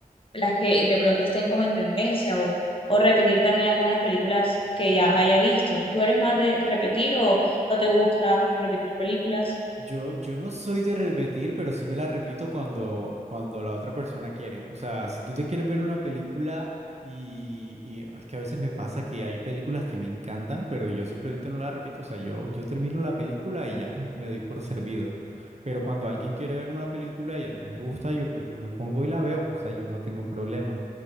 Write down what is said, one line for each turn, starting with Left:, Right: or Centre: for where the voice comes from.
Left: las que de pronto estén como en tendencia o, o repetir también algunas películas que ya me haya visto. ¿Tú eres más de repetir o no te gusta repetir películas?
Right: Yo, yo no soy de repetir, pero sí me la repito cuando, cuando la otra persona quiere. O sea, si tú te quieres ver una película y, y es que a veces me pasa que hay películas que me encantan, pero yo simplemente no la repito. O sea, yo, yo termino la película y ya me doy por servido. Pero cuando alguien quiere ver una película y a mí me gusta, yo pues yo me pongo y la veo. O sea, yo no tengo problema.